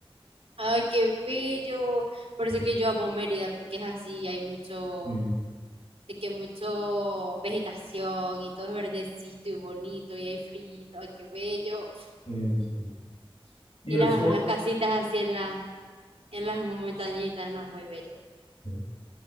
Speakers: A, on the right (about 85°); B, on the left (about 75°).
A: Ay, qué bello. Por
B: Sí,
A: eso que yo amo Mérida, porque es así, hay mucho,
B: Sí,
A: de que mucho vegetación y todo es verdecito y bonito y hay frío. Ay, qué bello.
B: sí, sí, Y
A: Y
B: el
A: las,
B: sur,
A: las casitas así en, la, en las montañitas, no, es muy bello.
B: sí.